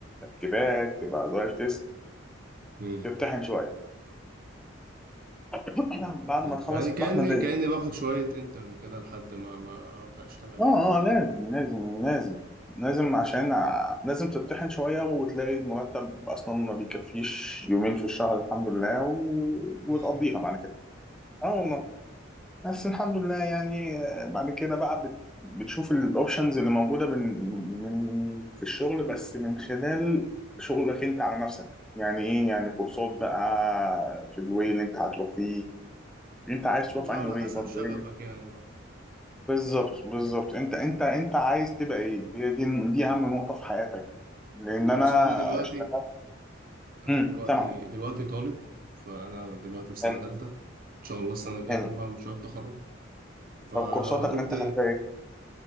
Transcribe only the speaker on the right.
مم.
مم.
يعني
كأني
كأني باخد شوية انترن كده لحد ما ما أبدأ أشتغل
لوحدي يعني.
مم.
<laughs>
مم.
وبرضه
على
حسب
شغفك يعني بقى.
بص هو أنا دلوقتي
أنا
دلوقتي
دلوقتي طالب فأنا دلوقتي في سنة
تالتة إن شاء الله السنة الجاية
أكون بعمل مشروع التخرج فقلت